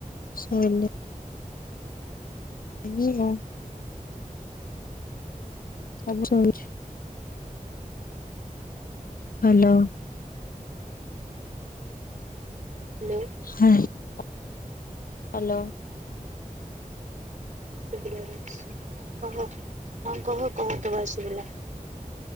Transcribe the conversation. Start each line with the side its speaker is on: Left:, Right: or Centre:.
Left: ଶୋଇଲେ। ଏଇଆ ସବୁ ଶୋଇଛୁ। ହାଲୋ।
Right: ହାଲୋ।
Left: ହାଲୋ।
Right: ହଁ ଶୁଭିଲା ହଁ କହ ହଁ କହ କହ ତୋ ଭଏସ୍ ଶୁଭିଲା।